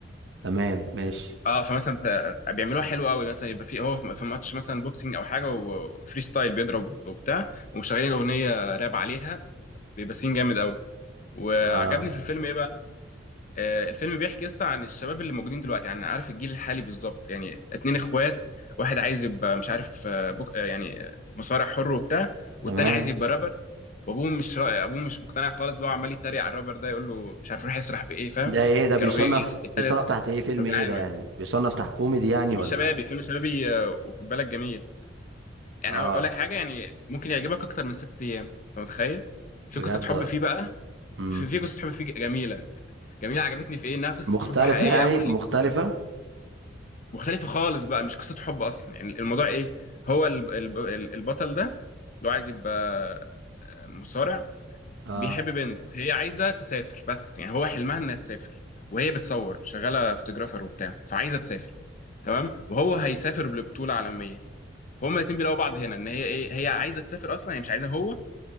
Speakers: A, on the right; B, on the left.
A: تمام ماشي
B: اه فمثلا ف- بيعملوها حلو قوي مثلا يبقى في هو في ماتش مثلا بوكسنج او حاجه وفري ستايل بيضرب وبتاع ومشغلين اغنيه راب عليها بيبقى سين جامد قوي وعجبني
A: اه
B: في الفيلم ايه بقى آه الفيلم بيحكي يا اسطى عن الشباب اللي موجودين دلوقتي يعني عارف الجيل الحالي بالظبط يعني اتنين اخوات واحد عايز يبقى مش عارف آه، بوك آه، يعني آه، مصارع حر وبتاع والتاني
A: تمام
B: عايز يبقى رابر وابوه مش رأي ابوه مش مقتنع خالص بقى وعمال يتريق على الرابر ده يقول له مش عارف يروح يسرح بايه فاهم
A: ده ايه ده بيصنف
B: كانوا بي... يعني
A: بيصنف تحت ايه فيلم
B: كانوا
A: ايه
B: بيعانوا
A: ده يعني
B: يعني
A: بيصنف تحت كوميدي يعني
B: فيلم
A: ولا
B: شبابي فيلم شبابي آه، وخد بالك جميل يعني
A: اه
B: اقول لك حاجه يعني ممكن يعجبك اكتر من ست ايام انت متخيل في
A: بجد
B: قصه حب فيه بقى
A: امم
B: في, في قصه حب فيه جميله جميله عجبتني في ايه انها قصه
A: مختلفة
B: حب حقيقيه
A: يعني
B: قوي اللي
A: مختلفة
B: جديده مختلفه خالص بقى مش قصه حب اصلا يعني الموضوع ايه هو ال- ال- ال- البطل ده اللي هو عايز يبقى مصارع
A: اه
B: بيحب
A: اه
B: بنت هي عايزه تسافر بس يعني هو حلمها انها تسافر وهي بتصور شغاله فوتوغرافر وبتاع فعايزه تسافر تمام وهو هيسافر لبطوله عالميه فهم الاتنين بيلاقوا بعض هنا ان هي ايه هي عايزه تسافر اصلا هي مش عايزه هو